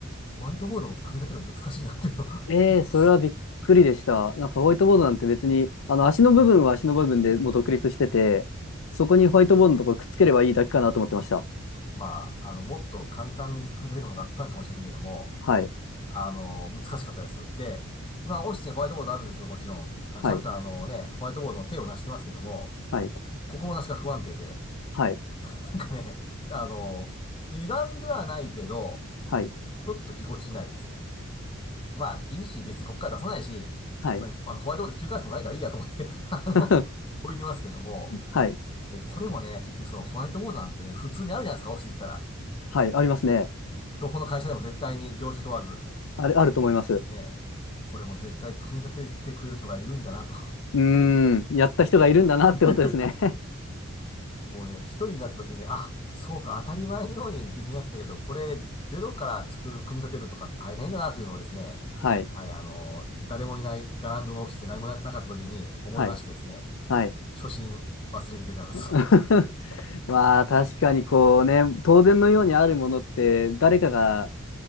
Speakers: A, on the left; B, on the left.
A: ホワイトボードも組み立てるの難しいなっていうの
B: ええそれはびっくりでした。
A: <laughs>
B: なんかホワイトボードなんて別に、あの足の部分は足の部分でもう独立してて、そこにホワイトボードのところくっつければいいだけかなと思ってました。
A: まあ、あの、もっと簡単に組み立てるものがあったのかもしれませんけども、
B: はい、
A: あの、難しかったです。で、今、オフィスにホワイトボードあるんですけど、もちろん、あちゃんとあのね、
B: はい、
A: ホワイトボードの手をなしてますけども、
B: はい、
A: 心なしか不安定で、
B: はい、
A: なんかね、あの、歪んではないけど、
B: はい、
A: ちょっとぎこちないですね。まあ、いいし、別にこっから出さないし、
B: はい、
A: まあ、あの、ホワイトボードひっくり返すことないからいいやと思って <laughs> あの、
B: <laughs>
A: 置いてますけども、
B: はい、
A: で、これもね、結局そう、ホワイトボードなんてね、普通にあるじゃないですか、オフィス行ったら。
B: はい、ありますね。
A: どこの会社でも絶対に業種問わず、
B: ある、あると思います。う
A: ね、これも絶対組み立ててくれる人がいるんだなと。
B: ーん、やった人がいるんだなってことですね。
A: <laughs> もうね、一人になった時にね、あ、そうか、当たり前のように備品あったけど、これ、ゼロから作る、組み立てるとか大変だなというのをですね、
B: <laughs> はい、
A: はい、あの、誰もいないガランドのオフィスで何もななかった時に思いましてですね、
B: はい、はい。
A: 初心忘れるべからです。
B: <laughs>
A: <laughs>
B: まあ確かにこうね、当然のようにあるものって誰かが